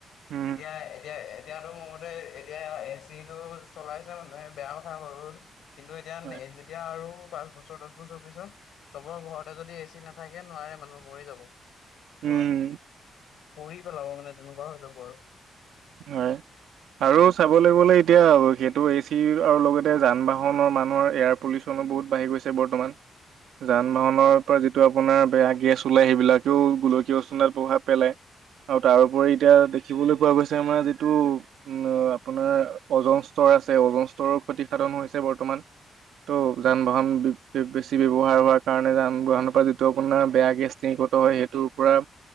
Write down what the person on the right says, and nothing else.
উম
হয়।
উম
হয় আৰু চাব লিবলে এতিয়া সেইটো এজ খিৰ আৰু লগতে যান বাহনৰ মানুহৰ এয়াৰ পলিচনো বহুত বাঢ়ি গৈছে বৰ্তমান। যান বাহনৰ পৰা যিটো আপোনাৰ বেয়া গেছ ওলাই সেইবিলাকেও গোলকীয় পেলায়। আৰু তাৰোপৰি এতিয়া দেখিবলৈ পোৱা গৈছে আানাৰ যিটো উম, আপোনাৰ অওজন স্তৰ আছে অওজন স্তৰৰ ক্ষতিসাধন হৈছে বৰ্তমান। ত' যান বাহন বে-বেছি হোৱাৰ কাৰণে বাহনৰ পৰা যিটো আপোনাৰ বেয়া গেছ নিগত হয় সেইটোৰ পৰা